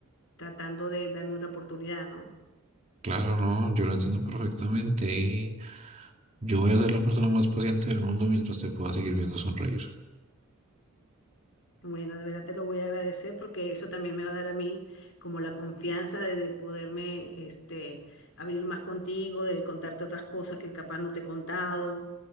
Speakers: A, on the left (about 65°); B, on the right (about 35°).
A: tratando de darme otra oportunidad, ¿no?
B: Claro, no, yo lo entiendo perfectamente y yo voy a ser la persona más paciente del mundo mientras te pueda seguir viendo sonreír.
A: Bueno, de verdad te lo voy a agradecer porque eso también me va a dar a mí como la confianza de, de poderme este, abrir más contigo, de contarte otras cosas que capaz no te he contado,